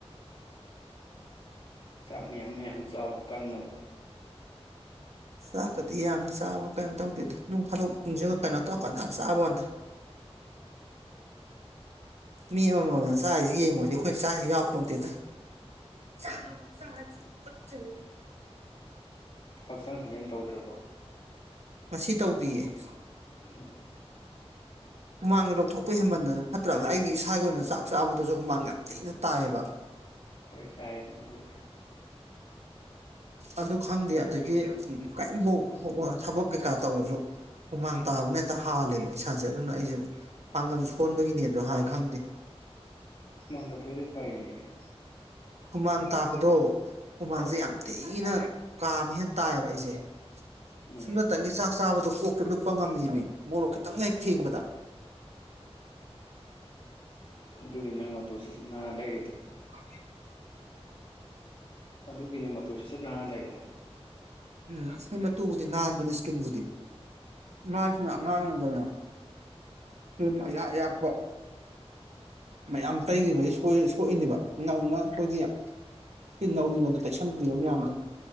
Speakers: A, on the left; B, on the right.
A: ꯆꯥꯛ ꯃꯌꯥꯝ -ꯃꯌꯥꯝ ꯆꯥꯎ ꯀꯟꯅꯕ
B: ꯆꯥꯛꯀꯥꯗꯤ ꯌꯥꯝ ꯆꯥꯕ꯭ꯔ ꯀꯩꯅꯣ ꯇꯧꯗꯦꯗ ꯅꯨꯡ ꯐꯥꯗꯣꯛ ꯅꯨꯡꯁꯤ ꯀꯩꯅꯣ ꯇꯧꯔꯀꯥꯟꯗ ꯌꯥꯝ ꯆꯥꯕ ꯋꯥꯅꯤꯗ ꯃꯤ ꯑꯃꯃꯝꯅ ꯆꯥꯔꯤꯁꯤ ꯌꯦꯡꯉꯨꯔꯗꯤ ꯑꯩꯈꯣꯏ ꯆꯥꯔꯤꯁꯤ ꯌꯥꯎꯔꯛꯄ ꯅꯠꯇꯦꯗ ꯆꯥꯕꯥꯎ
A: ꯎꯝ
B: ꯆꯥ ꯇꯨꯒꯠꯆꯩꯌꯦ
A: ꯍꯛꯆꯥꯡ ꯁꯥꯖꯦꯜ ꯇꯧꯗ꯭ꯔꯕꯣ
B: ꯃꯁꯤ ꯇꯧꯗꯤꯌꯦ ꯁꯞ
A: ꯎꯨꯝ
B: ꯍꯨꯃꯥꯡꯗ ꯂꯧꯊꯣꯛꯄ ꯍꯦꯟꯃꯟꯗꯅ ꯐꯠꯇ꯭ꯔꯕ ꯑꯩꯒꯤ ꯏꯁꯥꯒꯤ ꯑꯣꯏꯅ ꯆꯥꯛ ꯆꯥꯕꯗꯁꯨ ꯍꯨꯃꯥꯡꯒꯥ ꯌꯥꯝ ꯊꯤꯅ ꯇꯥꯏꯑꯕ
A: ꯍꯣꯏ ꯇꯥꯏꯌꯦ ꯅꯪꯕꯨꯗꯤ
B: ꯑꯗꯨ ꯈꯪꯗꯦ ꯑꯗꯒꯤ ꯀꯩꯝꯐꯧ ꯊꯕꯛ ꯀꯩꯀꯥ ꯇꯧꯔꯁꯨ ꯍꯨꯃꯥꯡ ꯇꯥꯕꯅ ꯍꯦꯛꯇ ꯍꯥꯜꯂꯦꯕ ꯏꯁꯥꯁꯦ ꯑꯗꯨꯅ ꯑꯩꯁꯦ ꯄꯥꯡꯒꯜ ꯁꯣꯟꯕꯒꯤꯅꯦꯁꯨ ꯍꯥꯏ ꯈꯪꯗꯦ
A: ꯍꯨꯃꯥꯡ ꯇꯥꯊꯣꯛꯏꯗꯣ ꯐꯩꯅꯦ
B: ꯍꯨꯃꯥꯡ ꯇꯥꯕꯗꯣ ꯍ ꯍꯨꯃꯥꯡꯁꯦ ꯌꯥꯝ ꯊꯤꯅ ꯀꯥ ꯑꯃ ꯍꯦꯟꯅ ꯇꯥꯏꯌꯦꯕ ꯑꯩꯁꯦ
A: ꯎꯝ
B: ꯁꯨꯝꯅꯇꯪꯒꯤ ꯆꯥꯛ ꯆꯥꯕꯗꯣ ꯀꯣꯛꯇ ꯂꯨꯞꯄ ꯉꯝꯃꯦꯃꯤ ꯃꯣꯔꯣꯛ ꯈꯤꯇꯪ ꯍꯦꯛ ꯊꯦꯡꯕꯗ
A: ꯑꯗꯨꯒꯤ ꯅꯪ ꯃꯇꯨ ꯁꯤꯠ ꯁꯤꯠ ꯅꯥꯟ ꯂꯩꯔꯤꯗꯣ
B: ꯈꯗꯦ ꯑꯗꯨ
A: ꯑꯗꯨꯒꯤꯅꯤ ꯃꯥ ꯇꯨ ꯁꯤꯠ ꯁꯤꯠ ꯅꯥꯟꯅ ꯂꯩꯔꯤꯗꯣ
B: <inaudible> ꯇꯨꯕꯨꯗꯤ ꯅꯥꯟꯕꯅꯦ ꯏꯁꯀꯤꯟꯕꯨꯗꯤ ꯃꯥꯏꯁꯤꯅ
A: ꯎꯝ
B: ꯉꯥꯡ ꯉꯗ ꯊꯨꯝ ꯑꯌꯥꯥꯛ ꯑꯌꯥꯛꯄ ꯃꯌꯥꯝ ꯇꯩꯈꯤꯕꯁꯤ ꯁꯣꯛꯏꯅꯦꯕ ꯅꯧꯅ ꯑꯩꯈꯣꯏꯒꯤ ꯁꯀꯤꯟ ꯅꯧꯔꯤꯉꯩꯗ ꯇꯩꯁꯟꯈꯤꯕ ꯃꯌꯥꯝꯗꯣ